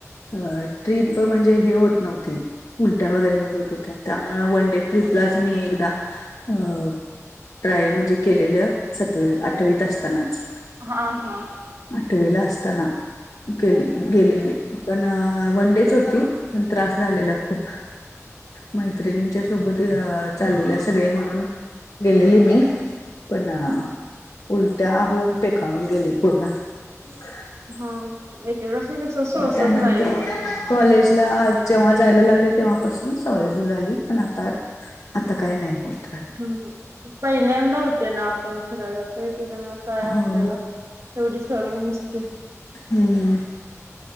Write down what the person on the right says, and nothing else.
हां हां
हा, एकेकासनी असं सोचत
नाही.
हम्, हम पहिल्यांदा होतोय ना आपण फिरायला जातोय त्येज्यामुळ काय आपल्याला
तेवढी सवय नसते.